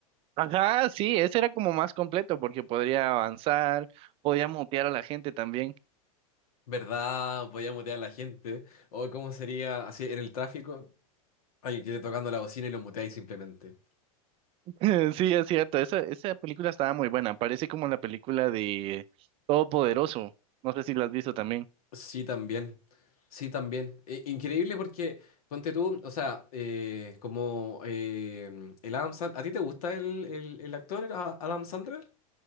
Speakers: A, on the right; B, on the left.
A: Ajá, sí, ese era como más completo porque podría avanzar, podía mutear a la gente también.
B: ¿Verdad? Podía mutear a la gente. O cómo sería así en el tráfico, alguien que esté tocando la bocina y lo muteáis simplemente.
A: <laughs> Sí, es cierto. Esa, esa película estaba muy buena. Parece como la película de Todopoderoso. No sé si la has visto también.
B: Sí, también. Sí, también. E- increíble porque, ponte tú, o sea, eh, como eh, el Adam Sandler, ¿a ti te gusta el, el, el actor el A- Adam Sandler?